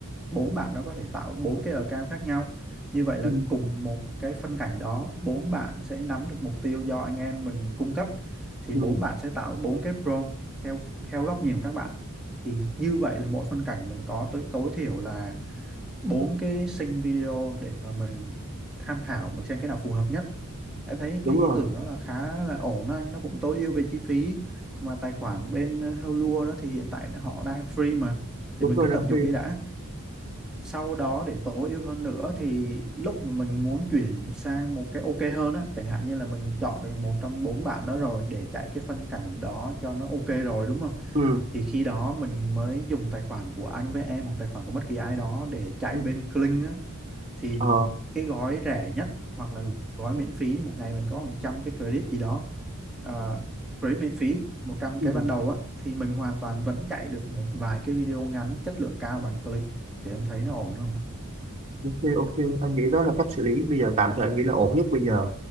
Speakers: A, in the centre; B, on the right (about 30°).
A: bốn bạn đó có thể tạo bốn cái account khác nhau như vậy là
B: ừ,
A: cùng một cái phân cảnh đó bốn bạn sẽ nắm được mục tiêu do anh em mình cung cấp thì
B: ừ,
A: bốn bạn sẽ tạo bốn cái prompt theo theo góc nhìn của các bạn thì như vậy là mỗi phân cảnh mình có tối tối thiểu là bốn cái sync video để mà mình tham khảo mình xem cái nào phù hợp nhất em thấy
B: đúng
A: cái ý
B: rồi
A: tưởng đó là khá là ổn anh nó cũng tối ưu về chi phí mà tài khoản bên Helua đó thì hiện tại họ đang free mà
B: đúng
A: thì mình
B: rồi
A: cứ
B: Đăng
A: tận dụng
B: Phi
A: đi đã sau đó để tối ưu hơn nữa thì lúc mà mình muốn chuyển sang một cái ok hơn á chẳng hạn như là mình chọn được một trong bốn bạn đó rồi để chạy cái phân cảnh đó cho nó ok rồi đúng không
B: ừ.
A: thì khi đó mình mới dùng tài khoản của anh với em hoặc tài khoản của bất kỳ ai đó để chạy
B: Ừ.
A: bên Kling á thì
B: Ờ,
A: cái gói rẻ nhất hoặc là gói miễn phí một ngày mình có hàng trăm cái credit gì đó ờ, credit miễn phí một trăm
B: ừ,
A: cái ban đầu á thì mình hoàn toàn vẫn chạy được một vài cái video ngắn chất lượng cao bằng Kling thì anh thấy nó ổn không
B: ok, ok, anh nghĩ đó là cách xử lý bây giờ tạm thời anh nghĩ là ổn nhất bây giờ.